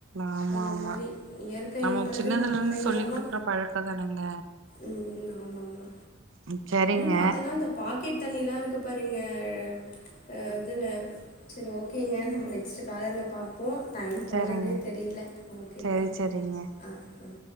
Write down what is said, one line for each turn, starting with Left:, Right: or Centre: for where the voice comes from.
Right: ஆமா
Left: அந்த
Right: ஆமா
Left: மாரி இயற்கைன்றது
Right: நம்ம சின்னதுல
Left: நம்ம
Right: இருந்து
Left: கைலதா
Right: சொல்லி் குடுக்குற பழக்கோ தானங்க
Left: ம் ஆமா ஆமா
Right: ம் சரிங்க
Left: இன்னு பாத்தோன்னா இந்த பாக்கெட் தண்ணிலா இருக்கு பாருங்க அ அ இதுல செரி ஓகேங்க நம்ம நெக்ஸ்டு காலர்ல பாப் போ டைம் போனதே
Right: சரிங்க
Left: தெரியில ஓகேப்பா
Right: சரி சரிங்க
Left: ஆ அ